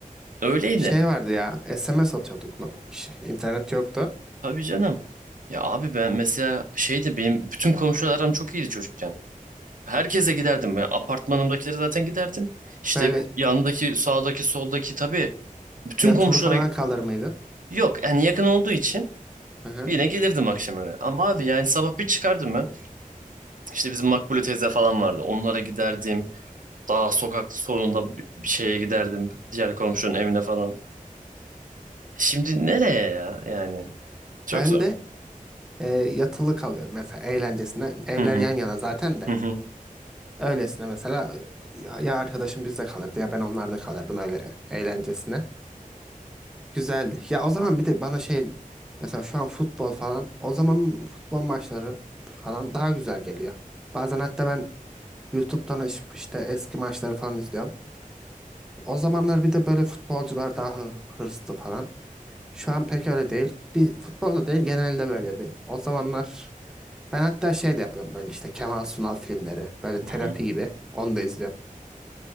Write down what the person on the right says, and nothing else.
Öyleydi.
Tabii canım. Ya abi ben mesela şeydi benim bütün komşular aram çok iyiydi çocukken. Herkese giderdim ya. Apartmanımdakilere zaten giderdim. İşte
yandaki sağdaki soldaki tabii. Bütün
komşulara
yok yani yakın olduğu için
yine gelirdim akşam eve. Ama abi yani sabah bir çıkardım ben. İşte bizim Makbule teyze falan vardı. Onlara giderdim. Daha sokak sonunda bir bir şeye giderdim. Diğer komşunun evine falan. Şimdi nereye ya yani? Çok
zor.
Hı hı,
hı hı,
hı
hı.